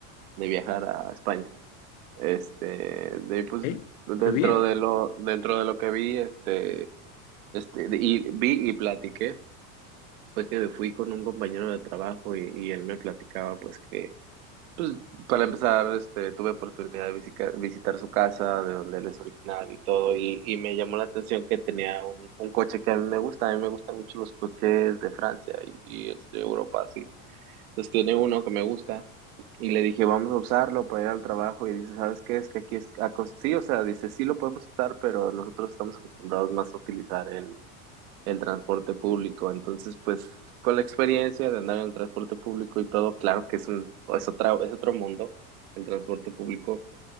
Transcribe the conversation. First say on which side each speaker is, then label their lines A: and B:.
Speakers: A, on the right; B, on the left.
A: de viajar a España. Este, de pues
B: ¿Eh?
A: dentro
B: Qué bien.
A: de lo, dentro de lo que vi, este, este, de- y vi y platiqué, fue que fui con un compañero de trabajo y, y él me platicaba pues que para empezar, este, tuve oportunidad de visica- visitar su casa, de donde él es originario y todo, y, y me llamó la atención que tenía un, un coche que a mí me gusta, a mí me gustan mucho los coches de Francia y, y es de Europa, sí. Entonces tiene uno que me gusta y le dije, vamos a usarlo para ir al trabajo y dice, ¿sabes qué? Es que aquí es, a cos- sí, o sea, dice, sí lo podemos usar, pero nosotros estamos acostumbrados más a utilizar el, el transporte público. Entonces, pues con la experiencia de andar en el transporte público y todo, claro que es un, es otra, es otro mundo, el transporte público.